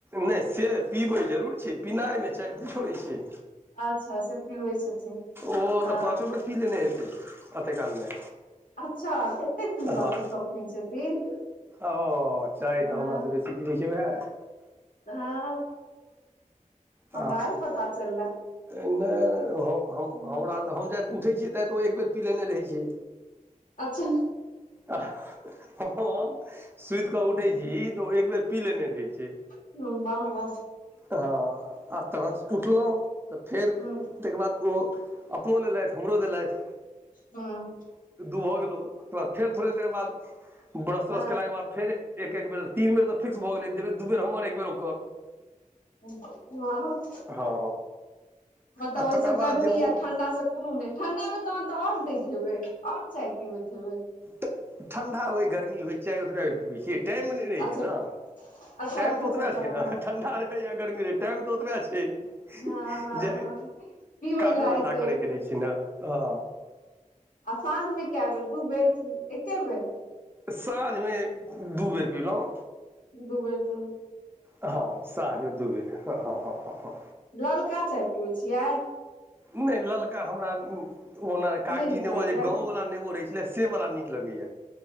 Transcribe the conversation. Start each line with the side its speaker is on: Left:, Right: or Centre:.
Right: नहि से पिबै जरूर छै पिनाइमे चाय नहि छोड़ै छै
Left: अच्छा से पीबै छथिन
Right: ओ
Left: हँ
Right: तऽ पाँचो बेर पी लेने हेतै अते कालमे
Left: अच्छा एतेक पीबके
Right: हँ
Left: शौकीन छथिन
Right: ओ चाय
Left: हँ
Right: तऽ हमरासँ बेसी पीबै छै वएह
Left: हँ हँ हमरा
Right: आ
Left: आइ पता चलले
Right: नहि नहि ओ हो
Left: हँ,
Right: हमरा तऽ हम उठै छियै तै तऽ ओ एक बेर पिलेने रहै छै
Left: अच्छा
Right: हह सुति कऽ उठे छी तऽ ओ एक बेर पी लेने रहे छै
Left: ह बाह बाह
Right: हँ आ तखन उठलहुँ तऽ फेर
Left: हूँ हूँ
Right: ताहि केँ बाद ओ अपनो लेलथि हमरो देलथि
Left: हँ
Right: दूहो गेलोह ओ तकर बाद फेर थोड़े देर बाद ब्रश त्रश
Left: हँ
Right: केलाके बाद फेर एक एक बेर तीन बेर तऽ फिक्स भऽ गेलै दू बेर हमर एक बेर ओकर
Left: हँ
Right: हँ
Left: मतलब
Right: आ
Left: ओहिसँ
Right: तकर बाद
Left: गर्मी
Right: जे मोन
Left: या ठंडा से कोनो नहि ठंडा मे तहन तऽ आओर दैत हेबै आओर चाय पीबैत हेबै
Right: तऽ ठण्ढा होय गर्मी होय चाय ओतबा बेर पीबै छियै टाइममे नहि रहै
Left: अच्छा
Right: छै ने
Left: अच्छा
Right: टाइम
Left: अच्छा
Right: तऽ
Left: अच्छा
Right: ओतबे
Left: त
Right: छै ने
Left: हँ
Right: ठण्डा रहै या गर्मी रहै टाइम तऽ ओतबे छै
Left: हँ हँ
Right: जे
Left: हँ पीबै
Right: काजो
Left: लए
Right: धन्धा
Left: एतै
Right: करयके रहै छै ने हँ
Left: आ साँझमे कए बेर दू बेर की एके बेर
Right: साँझमेएक दू बेर पीलहुँ
Left: दू बेर पी
Right: हँ सझमे द दुबर हँ ह ह ह
Left: ललका चाय पीबै छियै
Right: नहि ललका हमरा ओना कागजी
Left: नहि नीक
Right: नेबो
Left: लागैया
Right: जे गाँंववला नेबो रहै छले से वला नीक लगैया